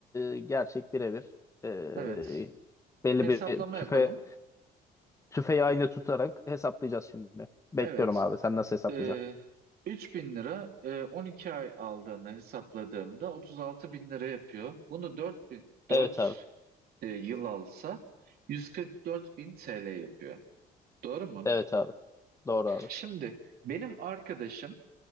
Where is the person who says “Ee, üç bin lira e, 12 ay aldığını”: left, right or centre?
Right